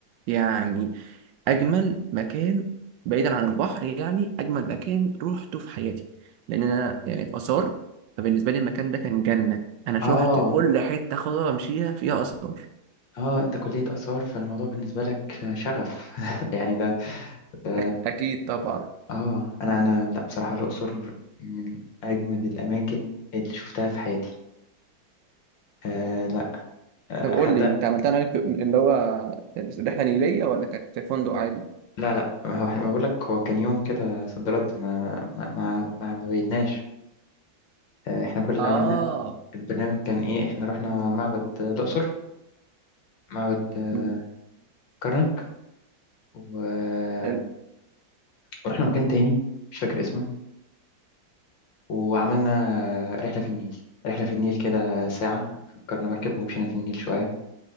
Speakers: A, on the right; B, on the left.
A: يعني اجمل مكان بعيدا عن البحر يعني اجمل مكان روحته في حياتي لان انا يعني في اثار فبالنسبه لي المكان ده كان جنه انا شحت
B: اه
A: كل حته خضرا امشيها فيها اثار
B: اه انت كليه اثار فالموضوع بالنسبه لك آه، شغف <laughs> يعني ده ده
A: أك- أكيد طبعا
B: اه انا انا لا بصراحه الاقصر من اجمد الاماكن اللي شفتها في حياتي آه لا آه
A: طب قول
B: حتى
A: لي أنت عملتها عليك اللي هو رحلة نيلية ولا كانت فندق عادي؟
B: لا لا ما هو احنا بقول لك هو كان يوم كده صد رد ما ما ما, ما ما بيتناش آه، احنا كل اللي
A: آه
B: عملناه البرنامج كان ايه احنا رحنا معبد آه، الأقصر معبد آه،
A: مم.
B: كرنك و...
A: حلو
B: ورحنا مكان تاني مش فاكر اسمه وعملنا آه، رحلة في النيل رحلة في النيل كده ساعة أجرنا مركب ومشينا في النيل شوية